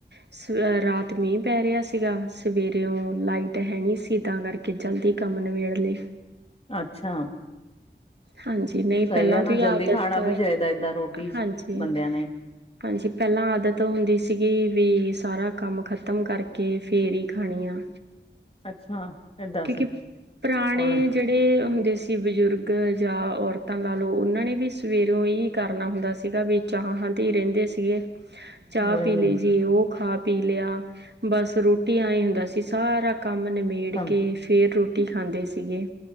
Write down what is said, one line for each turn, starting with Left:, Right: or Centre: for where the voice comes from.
Right: ਸਾਰੀ ਰਾਤ ਮੀਂਹ ਪੈ ਰਿਹਾ ਸੀਗਾ ਸਵੇਰੇ ਲਾਈਟ ਹੈ ਨਹੀਂ ਸੀ ਤਾਂ ਕਰਕੇ ਕੇ ਜਲਦੀ ਕੰਮ ਨਿਬੇੜ ਲਏ।
Left: ਅੱਛਾ।
Right: ਹਾਂਜੀ ਨਹੀਂ ਪਹਿਲਾਂ
Left: ਸਹੀ ਆ ਨਾ
Right: ਤੋਂ ਹੀ ਆਦਤ,
Left: ਜਲਦੀ ਖਾਣਾ ਵੀ ਚਾਹੀਦਾ ਏਦਾਂ ਰੋਟੀ
Right: ਹਾਂਜੀ।
Left: ਬੰਦਿਆਂ ਨੇ
Right: ਹਾਂਜੀ, ਪਹਿਲਾਂ ਆਦਤ ਹੁੰਦੀ ਸੀਗੀ ਵੀ ਸਾਰਾ ਕੰਮ ਖਤਮ ਕਰਕੇ ਫਿਰ ਹੀ ਖਾਣੀ ਆ।
Left: ਅੱਛਾ ਏਦਾਂ
Right: ਕਿਉਂਕਿ
Left: ਸੀ
Right: ਪੁਰਾਣੇ
Left: ਹੁਣ
Right: ਜਿਹੜੇ ਹੁੰਦੇ ਸੀ ਬਜ਼ੁਰਗ ਜਾਂ ਔਰਤਾਂ ਲਾ ਲਓ ਉਹਨਾਂ ਨੇ ਵੀ ਸਵੇਰੋਂ ਇਹੀ ਕਰਨਾ ਹੁੰਦਾ ਸੀਗਾ ਵੀ ਚਾਹਾਂ ਤੇ ਹੀ ਰਹਿੰਦੇ ਸੀਗੇ। ਚਾਹ
Left: ਉਹੀ
Right: ਪੀ ਲਈ
Left: ਆ
Right: ਜੀ ਓ ਖਾ ਪੀ ਲਿਆ। ਬਸ ਰੋਟੀ ਐ ਹੁੰਦਾ ਸੀ ਸਾਰਾ ਕੰਮ ਨਮੇੜ
Left: ਕੰਮ
Right: ਕੇ ਫੇਰ ਰੋਟੀ ਖਾਂਦੇ ਸੀ। ਸੀਗੇ